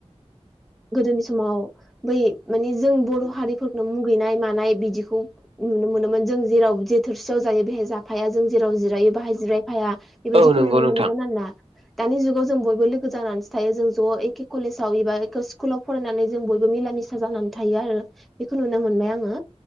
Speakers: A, in the centre; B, on the right.
A: गोदोनि समाव बै मानिे जों बर' हारिफोरनो मु नाय मानाय बिदिखौ नुनो मोन जों जेराव जों थोरसियाव जायो बेयाव जाफाया जों जेराव जिरायो बाहाय जिरायफाया बेबायदििखौ
B: औ नंगौ
A: नुनो
B: नोंथां
A: मोनोमोन आरोना दानि जुगाव जों बयबो लोगो जानानैसो थायो जों ज' एखे कलेजाव एबा स्कुलाव फरायनानै जों बयबो मिला मिसा जानानै थायो आरो बेखौ नुनो मोनबाय आंङो